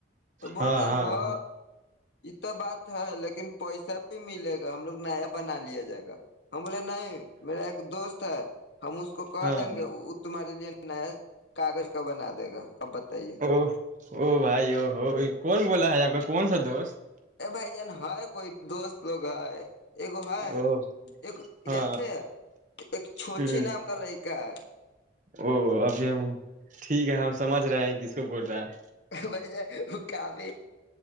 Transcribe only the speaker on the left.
تو بول
رہا
ہو
یہ تو بات ہے لیکن پیسہ بھی ملے گا ہم لوگ نیا بنا لیا جائے گا ہم بولے نہیں میرا ایک دوست ہے ہم اس کو کہ
دیں گے وہ تمہارے لیے نیا کاغذ کبر نہ دے گا اب بتائیے
ا بھائی جان ہے کوئی دوست لوگ ہے ایگو ہے
ایک
جانتے ہیں ایک چوچ
نام کا ل کیا
بائی ج وہ کافی